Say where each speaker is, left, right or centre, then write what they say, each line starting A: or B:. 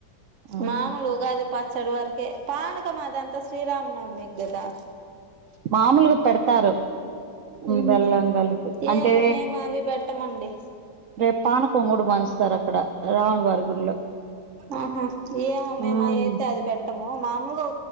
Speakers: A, on the right; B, on the right.
A: ఆ
B: మామూలు ఉగాది పచ్చడి వరకే పానక మాదంతా శ్రీరామనవమికి గదా
A: మామూలుగా పెడతారు
B: మ్మ్
A: బెల్లం గల్ అంటే
B: ఏమో మేము అవి పెట్టమండి
A: రేప్ పాన పొంగుడు పంచుతరు అక్కడ రాముల వారి గుళ్ళో
B: ఆహా ఏమో మేము
A: మ్
B: అయితే అది పెట్టం మామూల్గా